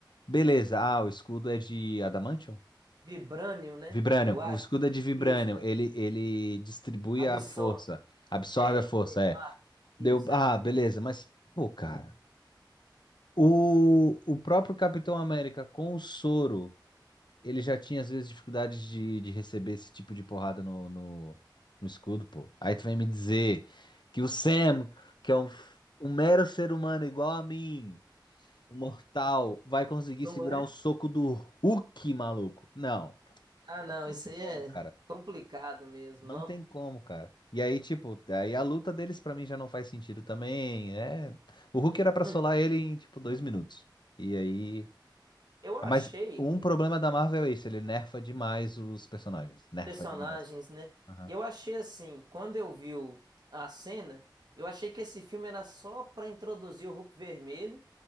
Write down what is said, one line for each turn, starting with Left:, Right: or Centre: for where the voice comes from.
Left: Beleza, ah, o escudo é de Adamantium?
Right: Vibranium, né?
Left: Vibranium,
Right: Eu acho.
Left: o escudo é de Vibranium.
Right: Isso, é.
Left: Ele, ele distribui
Right: Absorve.
Left: a força, absorve
Right: É,
Left: a força,
Right: o impacto.
Left: é.
Right: Isso,
Left: Deu, ah,
Right: é.
Left: beleza, mas, pô, cara. O, o próprio Capitão América com o soro, ele já tinha às vezes dificuldades de, de receber esse tipo de porrada no, no, no escudo, pô. Aí tu vem me dizer que o Sam, que é um, um mero ser humano igual a mim, um mortal, vai conseguir
Right: Não
Left: segurar
Right: é?
Left: um soco do Hulk, maluco. Não,
Right: Ah, não,
Left: não tem
Right: isso aí
Left: como,
Right: é
Left: cara.
Right: complicado mesmo,
Left: Não
Right: não?
Left: tem como, cara. E aí, tipo, aí a luta deles pra mim já não faz sentido também. É, o Hulk era pra
Right: Hum,
Left: solar ele em, tipo, dois minutos. E aí.
Right: eu achei.
Left: Mas um problema da Marvel é isso, ele nerfa demais os personagens. Nerfa
Right: personagens,
Left: demais.
Right: né?
Left: Aham.
Right: Eu achei assim, quando eu vi o- a cena, eu achei que esse filme era só pra introduzir o Hulk Vermelho,